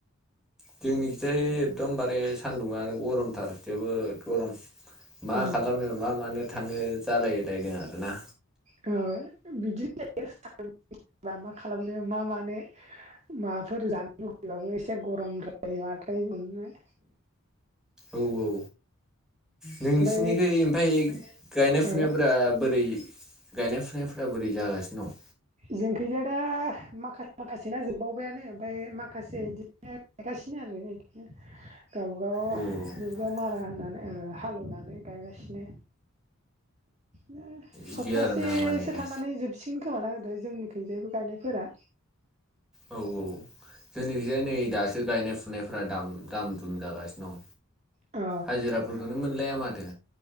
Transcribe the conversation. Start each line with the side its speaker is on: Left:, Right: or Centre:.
Centre: जोंनि थिंजाय एखदमबारे सान्दुङानो गरमथार जोबोद गरम मा
Right: औ
Centre: खालामनो? मा मानो थानो जालायलायदों आर ना।
Right: बिदिनो जायो सा मा खालामनो मा मानो। माबाफोर जानो लुगैबाबो एसे गरमद्राय माद्राय मोन्नाय
Centre: औ औ नोंसिनिखै
Right: ओमफ्राय
Centre: ओमफाय गायनाय फुनायफोरा
Right: ओ
Centre: बोरै गायनाय फुनायफोरा बोरै जागासिनो दं।
Right: जोंनिखैजाय दा माखासे ना जोबबावबायानो ओमफ्राय माखासे बिदिनो गायगासिनो आरो गावब गाव
Centre: अ
Right: बेयाव मारा होनानै हालौवनानै गायगासिनो मानेश्रसप्तासेसो
Centre: इदि आरोना मानेखे
Right: थानानै जोबसिगोन खोमा जोंनि खैजायबो गायनायफोरा।
Centre: औ औ जोंनिखिजाय नै दासो गायनाय फुनायफोरा दाम दाम दुम जागासिनो। औ
Right: अ
Centre: हाजिराफोरखौनो मोनलाया माथो।